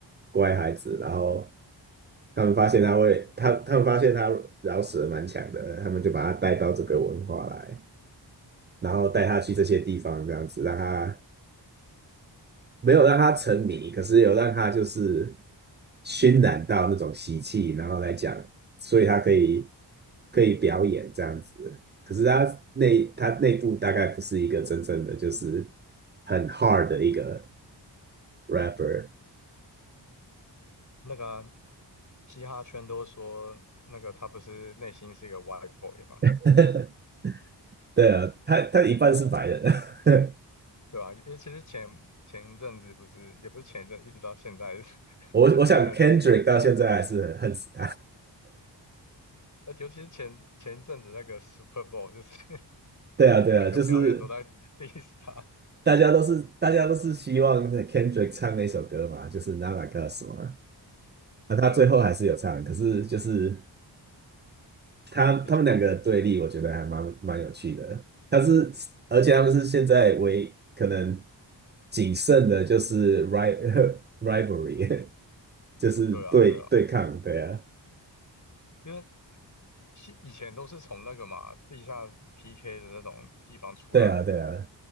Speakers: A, on the right; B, on the left.
A: 乖孩子，然后他们发现他会，他他们发现他饶舌蛮强的，他们就把他带到这个文化来，然后带他去这些地方，这样子让他没有让他沉迷，可是有让他就是熏染到那种习气，然后来讲，所以他可以可以表演这样子。可是他内他内部大概不是一个真正的就是很 hard 的一个 rapper。
B: 那个啊嘻哈圈都说那个他不是内心是一个 white boy 嘛，
A: <laughs> 对啊，他他一半是白人，<laughs>
B: 对吧？因为其实前前一阵子不是，也不是前一阵，一直到现在，<laughs>
A: 我我想
B: 不是那个
A: Kendrick 到现在还是很恨死他。
B: 而且尤其是前前一阵子那个 Super Bowl，就是
A: <laughs>
B: <laughs>
A: 对啊，
B: 不是整个表演都在
A: 对啊，就是
B: diss 他？
A: 大家都是大家都是希望 Kendrick 唱那首歌嘛，就是《Not Like Us》嘛。那他最后还是有唱，
B: 对啊，对啊，
A: 可是就是他他们两个的对立，
B: 比较
A: 我觉得还蛮蛮有趣的。他是而且他们是现在唯可能仅剩的就是 ri <laughs> rivalry，就是对对抗。
B: 对啊，对啊，
A: 对啊，
B: 因为是以前都是从那个嘛地下 PK 的那种地方出来的，
A: 对啊，对啊，